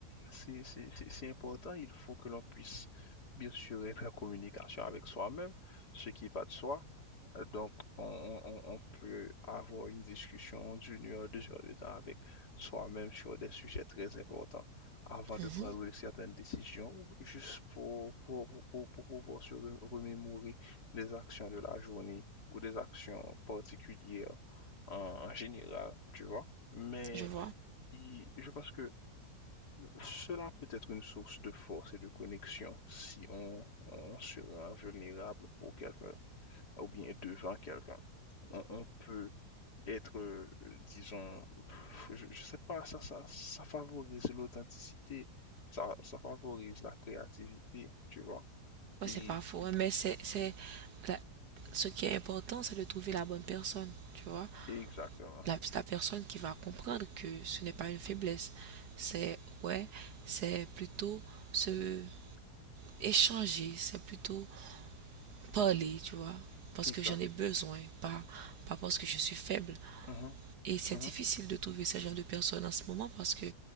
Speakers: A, on the left (about 75°); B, on the right (about 75°).
A: c'est, c'est, c'est- c'est important. Il faut que l'on puisse, bien sûr, être en communication avec soi-même, ce qui va de soi. Euh, Donc, on, on- on- on peut avoir une discussion d'une heure, deux heures de temps avec soi-même sur des sujets très importants avant de
B: Mhm,
A: prendre certaines décisions, ou juste pour, pour, pour, pour pouvoir se re- remémorer des actions de la journée ou des actions particulières en, en général, tu vois. Mais
B: je vois.
A: il- je pense que cela peut être une source de force et de connexion si on, on se rend vulnérable pour quelqu'un ou bien devant quelqu'un. On, on peut être, euh, disons, je, je sais pas, ça, ça, ça favorise l'authenticité, ça, ça favorise la créativité, tu vois.
B: Ouais,
A: Et,
B: c'est pas faux, hein, mais c'est, c'est la- ce qui est important, c'est de trouver la bonne personne, tu vois.
A: et exactement,
B: La, la personne qui va comprendre que ce n'est pas une faiblesse. C'est, ouais, c'est plutôt se échanger, c'est plutôt parler, tu vois, parce
A: exact,
B: que j'en ai besoin, pas, pas parce que je suis faible.
A: mhm,
B: Et c'est
A: mhm,
B: difficile de trouver ce genre de personnes en ce moment parce que